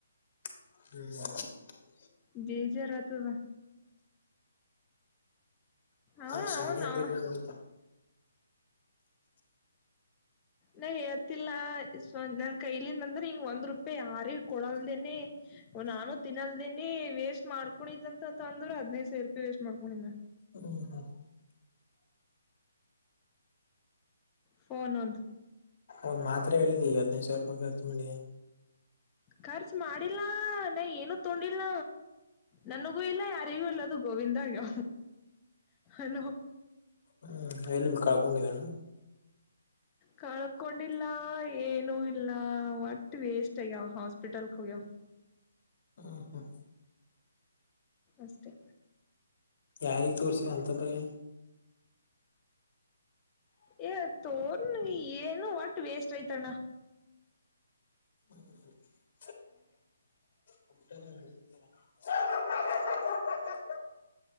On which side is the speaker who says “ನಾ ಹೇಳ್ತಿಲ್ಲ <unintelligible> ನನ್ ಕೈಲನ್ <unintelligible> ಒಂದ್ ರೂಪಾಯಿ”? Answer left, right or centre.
Left